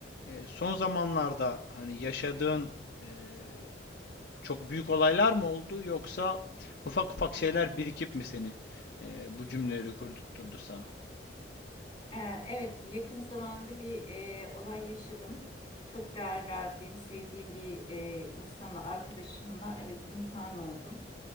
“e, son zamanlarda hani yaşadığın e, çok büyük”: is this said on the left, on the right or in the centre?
Left